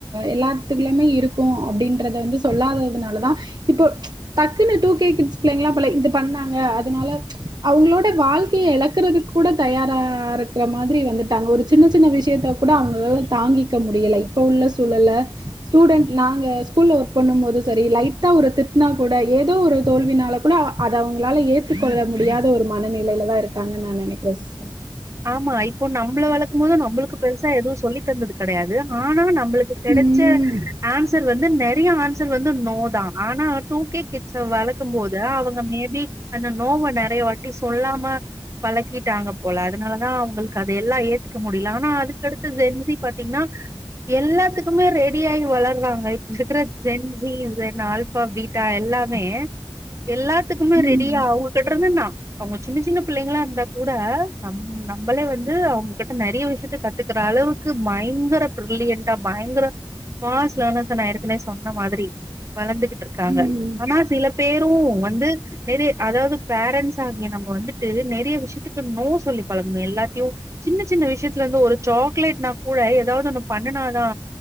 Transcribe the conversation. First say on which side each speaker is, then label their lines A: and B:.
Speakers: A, on the right; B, on the right.
A: எல்லாத்துக்குமே இருக்கு அப்டின்றத வந்து சொல்லாததுனால தா இப்போ டக்குன்னு டூ கே கிட்ஸ் பிள்ளைங்களா பல இது பண்ணாங்க அதனால அவங்களோட வாழ்க்கைய இழக்கறதுக்கு கூட தயாரா இருக்கிற மாரி வந்துட்டாங்க ஒரு சின்ன சின்ன விஷயத்த கூட அவங்களால தாங்கி இக்க முடியல இப்ப உள்ள சூழல ஸ்டூடண்ட் நாங்க ஸ்கூல்ல ஒர்க் பண்ணு போது சரி லைட்டா ஒரு திட்னா கூட ஏதோ ஒரு தோல்வினால கூட அத அவுங்களால ஏத்துக்கொள்ள முடியாத ஒரு மனநிலையில தா இருக்காங்கு நா நெனைக்கிறே சிஸர்
B: ஆமா இப்போ நம்மள வளக்கு போது நம்மளுக்கு பெருசா எதும் சொல்லி தந்தது கடையா ஆனா நம்மளுக்கு கெடைச்ச
A: ம்
B: ஆன்சர் வந்து நெறைய ஆன்சர் சர் வந்து நோ தா ஆனா டூ கே ச வளக்கு போது அவுங்க மே பி அந்த நோவ நெறைய வாட்டி சொல்லாம பழக்கிட்டாங்க போல அதனாலதா அவுங்களுக்கு அத எல்லா ஏத்துக்க முடில ஆனா அதுக்கடு செஞ்சு பாத்தீங்கன்னா எல்லாத்துக்குமே ரெடி ஆயி வளர்றாங்க சிக்கிற ஜென்ஸ்சி செனால் ஃபா பீட்டா எல்லாமே எல்லாத்துக்குமே
A: ம்
B: ரெடியா அவங்ககிட்ட இருந்தனா அவங்க சின்ன சின்ன பிள்ளங்களா இருந்தா கூட நம் நம்மளே வந்து அவுங்ககிட்ட நெறைய விஷயத்த கத்துக்கற அளவுக்கு பைங்கர பிரில்லியன்ட்டா பைங்கர பாஸ்ட் லேர்னர்ஸ நா இருக்குனே சொன்ன மாரி வளந்துகிட்டு இருக்காங்க
A: ம்
B: ஆனா சில பேரு வந்து நெறைய ஆனா அதாது பேரண்ட்ஸ் ஆகிய நம்ம வந்துட்டு நெறைய விஷயத்துக்கு நோ சொ சொல்லி பழகனு எல்லாத்தியு சின்ன சின்ன விஷயத்துல இந்து ஒரு சாக்லேட்னா கூட ஏதாது ஒன்னு பண்ணுனாதா